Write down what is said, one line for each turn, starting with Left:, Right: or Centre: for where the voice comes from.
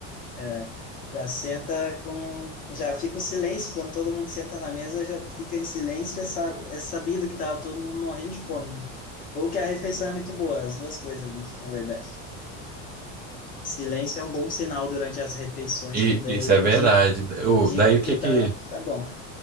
Left: É, já senta com, já fica o silêncio quando todo mundo senta na mesa, já fica em silêncio, é, sa- é sabido que tá todo mundo morrendo de fome, né? Ou que a refeição é muito boa, as duas coisas, né, na verdade. Silêncio é um bom sinal durante as refeições,
Right: E
Left: porque daí
Right: isso é
Left: indica,
Right: verdade. O,
Left: indica
Right: daí o
Left: que
Right: que
Left: tá,
Right: que,
Left: tá bom.